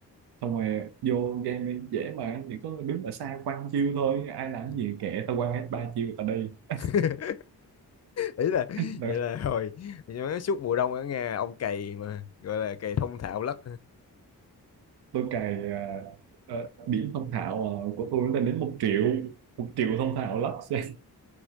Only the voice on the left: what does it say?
À.
<laughs> ý là
vậy là hồi <laughs> nói suốt mùa đông ở Nga ông cày mà gọi là cày thông thạo lất